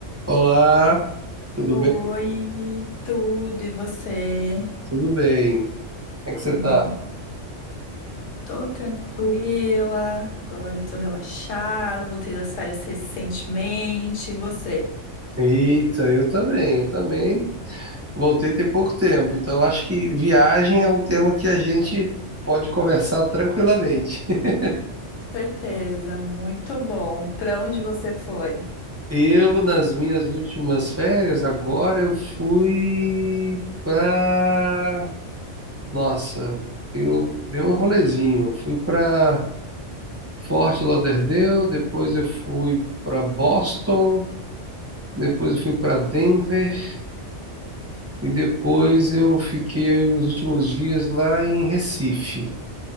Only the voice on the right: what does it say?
Olá, tudo
bem?
Tudo bem. Como é que você
tá?
Eita, eu também, eu também. Voltei tem pouco tempo, então acho que viagem é um tema que a gente pode conversar tranquilamente. <laughs>
Eu, nas minhas últimas férias, agora eu fui pra. Nossa, eu dei um rolezinho. Eu Fui pra Fort Lauderdale, depois eu fui pra Boston, depois eu fui pra Denver. E depois eu fiquei os últimos dias lá em Recife.